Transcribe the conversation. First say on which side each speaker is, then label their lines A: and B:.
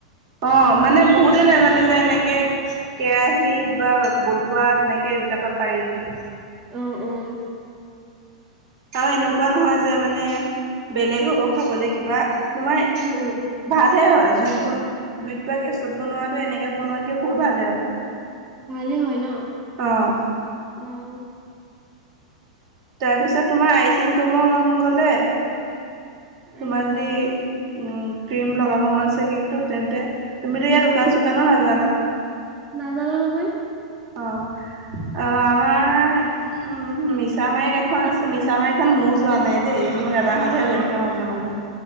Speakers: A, on the right (about 50°); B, on the right (about 25°).
A: অ' মানে বহুতে নাজানে যে এনেকে কেৰাহীত বা বতুৱাত তেনেকে সেইবিলাকত পাৰি বুলি
B: উম - উম।
A: আৰু এনেকুৱা নহয় যে মানে বেলেগ হ'ব খাবলে কিবা তোমাৰ
B: উম উম
A: ভালেহে হয়। জুইত বন- জুইত কিবা গেছত বনোৱাটো এনেকে বনোৱাতকে বহুত ভাল হয় আৰু খাবলৈ।
B: ভালে হয় ন'?
A: অ',
B: অ'।
A: তাৰপিছত তোমাৰ আইচিং কৰিব মন গ'লে
B: আইচ
A: তোমাৰ যদি
B: অ
A: উম ক্ৰীম লগাব মনছে কেকটো তেন্তে, তুমিতো ইয়াত দোকান- চুকানো নাজানা।
B: নাজানোঁ নহয়।
A: অ'। অ' আমাৰ উম মিছামাৰীত এখন আছে- মিছামাৰীখন ময়ো যোৱা নাই দেই। মোৰ দাদাহঁতহে গৈ থাকে মাজে মাজে।